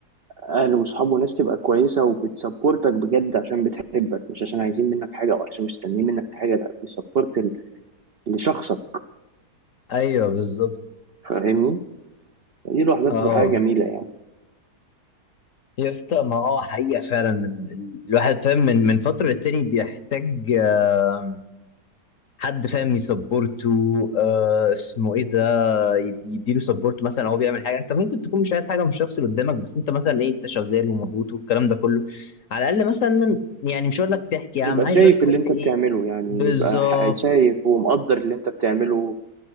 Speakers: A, on the right (about 55°); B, on the left (about 55°).
A: اهل وصحاب وناس تبقى كويسه وبتسبورتك بجد عشان بتحبك مش عشان عايزين منك حاجه او عشان مستنيين منك حاجه لا بيسبورت ال- لشخصك
B: ايوه بالظبط
A: فاهمني دي لوحدها
B: اه
A: بتبقى حاجه جميله يعني
B: يا اسطى ما هو حقيقة فعلا ال- ال- الواحد فاهم من من فترة للتاني بيحتاج آم، حد فاهم يسبورته آه اسمه ايه ده يديله سبورت مثلا هو بيعمل حاجه انت ممكن تكون مش عايز حاجه من الشخص اللي قدامك بس انت مثلا ايه انت شغال ومضغوط والكلام ده كله على الاقل مثلا يعني مش هقول لك تحكي يا
A: يبقى
B: عم عايز
A: شايف
B: بس
A: اللي
B: حد
A: انت
B: ايه
A: بتعمله يعني
B: بالظبط
A: يبقى ح- شايف ومقدر اللي انت بتعمله